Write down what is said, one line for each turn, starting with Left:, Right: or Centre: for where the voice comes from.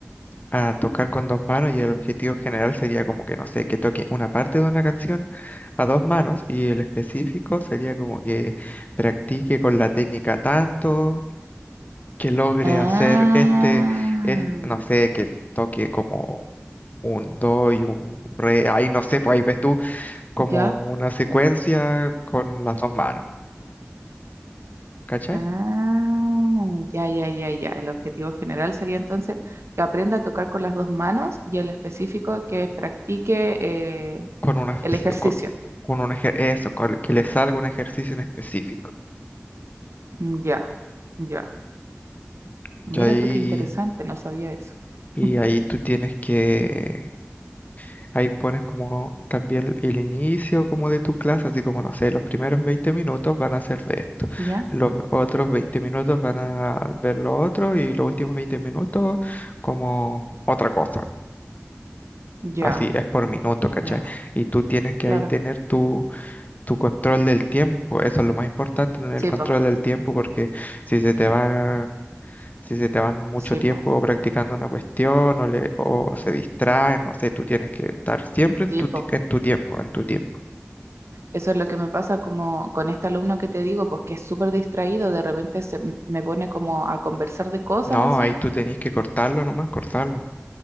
Left: a tocar con dos manos y el objetivo general sería como que, no sé, que toque una parte de una canción a dos manos y el específico sería como que practique con la técnica tanto, que logre
Right: Ah,
Left: hacer este, este, no sé, que toque como un do y un re, ahí no sé, pues ahí ves tú como
Right: ya.
Left: una secuencia con las dos manos, ¿cachai?
Right: Ah, ya, ya, ya, ya. El objetivo general sería entonces que aprenda a tocar con las dos manos y el específico que practique eh,
Left: Con una,
Right: el ejercicio.
Left: con, con un ejer- eso, con- que le salga un ejercicio en específico.
Right: Mm, Ya, ya. Mira
Left: Y ahí,
Right: tú qué interesante, no sabía eso.
Left: y
Right: <laughs>
Left: ahí tú tienes que, ahí pones como también el inicio como de tu clase, así como, no sé, los primeros 20 minutos van a ser de esto,
Right: ¿Ya?
Left: los otros 20 minutos van a ver lo otro y los últimos 20 minutos como otra cosa.
Right: Ya,
Left: Así es por minuto, ¿cachai?
Right: ya,
Left: Y tú tienes que
Right: claro.
Left: ahí tener tu control del tiempo. Eso es lo más importante, tener
Right: Sí,
Left: el control
Right: po,
Left: del tiempo, porque si se te va, si se te van mucho
Right: sí,
Left: tiempo
Right: po,
Left: practicando una cuestión o, le, o se distraen, no sé, tú tienes que estar siempre en
Right: sí,
Left: tu,
Right: po.
Left: ti- en tu tiempo, en tu tiempo.
Right: Eso es lo que me pasa como con este alumno que te digo, pues que es súper distraído, de repente se m- me pone como a conversar de cosas
Left: No,
Right: así
Left: ahí tú tenés que cortarlo, nomás cortarlo.